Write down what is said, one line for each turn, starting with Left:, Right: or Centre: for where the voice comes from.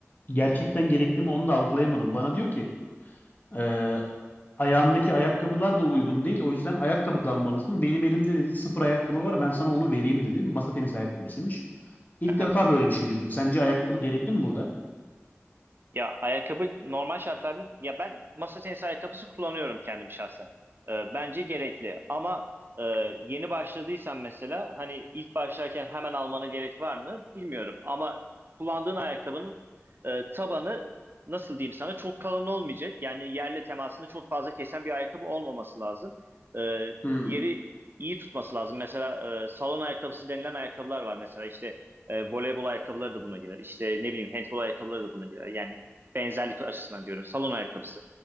Left: gerçekten gerekli mi onu da algılayamadım. Bana diyor ki e, ayağındaki ayakkabılar da uygun değil. O yüzden ayakkabı da almalısın. Benim elimde dedi sıfır ayakkabı var ben sana onu vereyim dedi. Masa tenisi ayakkabısıymış. İlk
Right: Aha.
Left: defa böyle bir şey duydum. Sence ayakkabı gerekli mi burada?
Right: Ya ayakkabı normal şartlarda ya ben masa tenisi ayakkabısı kullanıyorum kendim şahsen. Ee, bence gerekli ama e, yeni başladıysan mesela hani ilk başlarken hemen almana gerek var mı bilmiyorum. Ama kullandığın ayakkabının e, tabanı nasıl diyeyim sana çok kalın olmayacak. Yani yerle temasını çok fazla kesen bir ayakkabı olmaması lazım. Ee,
Left: Hmm,
Right: yeri iyi tutması lazım. Mesela e, salon ayakkabısı denilen ayakkabılar var mesela işte. E, voleybol ayakkabıları da buna girer. İşte ne bileyim handbol ayakkabıları da buna girer. Yani benzerlik açısından diyorum. Salon ayakkabısı.